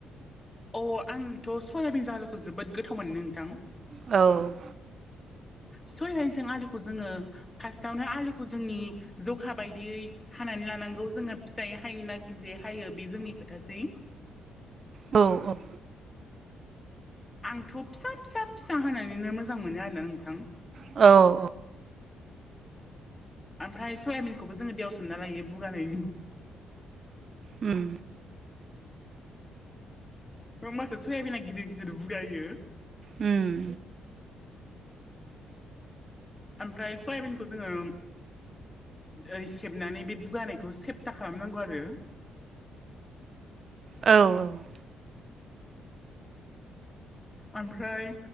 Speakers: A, on the left (about 20°); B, on the right (about 50°).
A: अ आंथ' सयाबिनजो आलुखो जोबोद गोथाव मोनो नोंथां।
B: औ
A: सयायिनजों आलुखौ जोङो फार्स्टआवनो आलुखौ जोंनि जखा बायदियै हानानै लानांगौ जोङो फिसायै हायोना गिदियै हायो बे जोंनि खोथासै
B: औ औ
A: आंथ' फिसा फिसा फिसा होनानैनो मोजां मोनो आरोना नोंथां।
B: औ औ
A: ओमफ्राय सयाबिनखौबो जोङो दैआव सोमना लायो बुगानायनि।
B: ओम
A: ओमबासो सयाबिना गिदिर गिदिर बुगायो।
B: ओम
A: ओमफ्राय सयाबिनखौ जोङो ओरै सेबनानै बे बुगानायखौ सेबथा खालामनांगौ आरो।
B: औ औ
A: ओमफ्राय